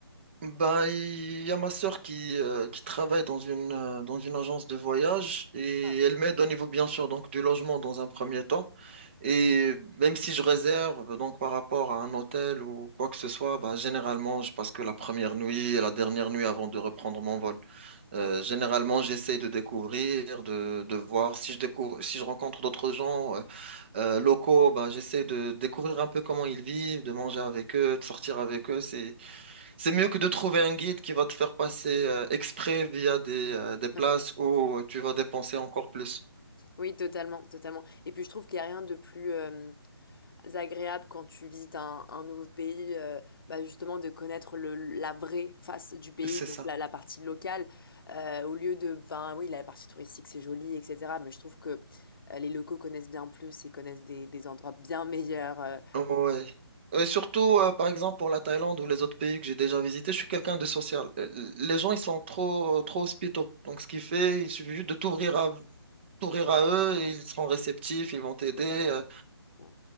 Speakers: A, on the right; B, on the left.
A: Ben, il y a ma sœur qui, euh, qui travaille dans une, euh, dans une agence de voyage et
B: Ah,
A: elle m'aide au niveau, bien sûr, donc du logement dans un premier temps. Et même si je réserve, euh, donc par rapport à un hôtel ou quoi que ce soit, ben, généralement, je passe que la première nuit et la dernière nuit avant de reprendre mon vol. Euh,
B: ok.
A: généralement, j'essaie de découvrir, de, de voir si je découvre, si je rencontre d'autres gens euh, euh, locaux, ben, j'essaie de découvrir un peu comment ils vivent, de manger avec eux, de sortir avec eux. C'est c'est mieux que de trouver un guide qui va te faire passer euh, exprès via des, euh, des places
B: <laughs>
A: où euh, tu vas dépenser encore plus.
B: Oui, totalement, totalement. Et puis je trouve qu'il n'y a rien de plus, euh, agréable quand tu visites un, un nouveau pays, euh, bah, justement de connaître le, la vraie face du pays,
A: C'est
B: donc
A: ça.
B: la, la partie locale, euh, au lieu de, ben oui, la partie touristique c'est joli, etc. Mais je trouve que euh, les locaux connaissent bien plus et connaissent des, des endroits bien meilleurs. euh.
A: Ouais. Et surtout, euh, par exemple, pour la Thaïlande ou les autres pays que j'ai déjà visités, je suis quelqu'un de social. Euh, Les gens, ils sont trop, trop hospitaux. Donc, ce qui fait, il suffit juste de t'ouvrir à, t'ouvrir à eux et ils seront réceptifs, ils vont t'aider.
B: Totalement.
A: euh,
B: Ouais,